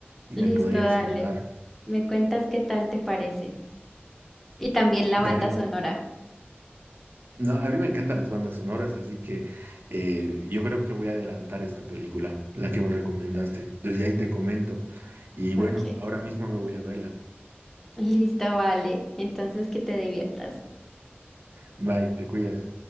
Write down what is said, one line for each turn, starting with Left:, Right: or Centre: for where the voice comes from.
Right: y
Centre: Listo,
Right: me podrías
Centre: dale.
Right: ayudar.
Centre: Me cuentas qué tal te parece. Y también la
Right: Dale.
Centre: banda sonora.
Right: No, a mí me encantan las bandas sonoras, así que eh, yo creo que voy a adelantar esta película, la que me recomendaste. Entonces, ya ahí te comento. Y bueno,
Centre: Ok.
Right: ahora mismo me voy a verla.
Centre: Listo, vale. Entonces que te diviertas.
Right: Bye, te cuidas.